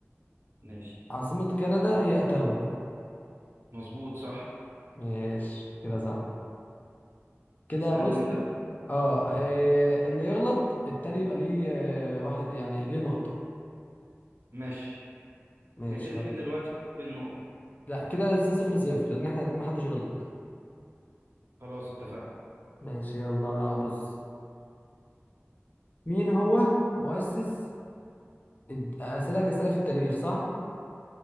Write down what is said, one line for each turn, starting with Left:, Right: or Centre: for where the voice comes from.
Right: ماشي
Left: عاصمة كندا هي أوتاوا
Right: مظبوط صح
Left: ماشي كده صح كده
Right: اسألني
Left: بص
Right: أنت بقى
Left: اه آه، اللي يغلط التاني يبقى ليه آه، واحد يعني ليه نقطة
Right: ماشي
Left: ماشي
Right: نبتدي
Left: يلا.
Right: من دلوقتي بالنقط
Left: لا كده لسه صفر صفر لان احنا الاتنين محدش غلط
Right: خلاص اتفقنا
Left: ماشي يلا بص مين هو مؤسس الد- اسالك اسئله في التاريخ صح